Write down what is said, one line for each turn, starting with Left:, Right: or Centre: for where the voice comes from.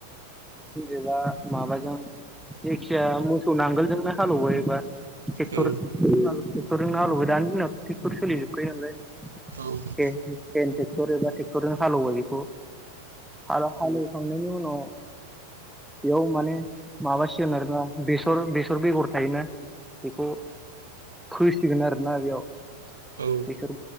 Centre: एबा माबाजों जायखिया मोसौ नांगोलजोंनो हालेवबायबा एबा ट्रेक्टर
Right: औ
Centre: ट्रेक्टरजोंनो हालेवो दानि दिनाव ट्रेक्टर सोलि जोबखायो नालाय
Right: औ
Centre: ट्रेक्टरबा ट्रेक्टरनोालोब बेखौ हला हालेवखांनायनि उनाव बेयाव माने माबासिगोन आरोोना बेसर बेसर बेगर थायोना बेखौ फोसिगोन आरोना बेयाव
Right: औ
Centre: बिसोर